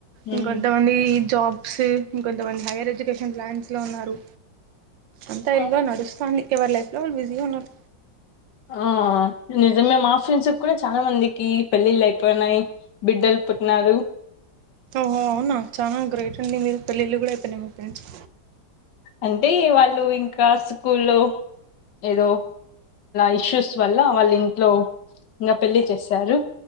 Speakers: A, on the left; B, on the right.
A: మ్మ్
B: ఇంకంతమంది జాబ్ ఇంకొంతమంది హైయర్ ఎడ్యుకేషన్ ప్లాన్స్లో ఉన్నారు అంతా
A: ఆ
B: ఇల్లో నడుస్తోంది ఎ కేవాలే లు బిజీ ఉన్నారు
A: ఆ నిజమే మా ఫ్రెండ్స్ కూడా చాలా మందికి పెళ్ళిళ్ళు అయిపోయినాయి బిడ్డలు పుట్న్నారు
B: వునా చా గ్రేట్ ఇల్ల ఇళ్లు కూడా అయిపోయి మీ ఫ్రెండ్స్
A: అంటే వాళ్ళు ఇం ఇంకా స్కూల్లో ఏదో ఇ ఇష్యూస్ వల్ల వాళ్ళ ఇంట్లో ఇం పెళ్లిి చేశారు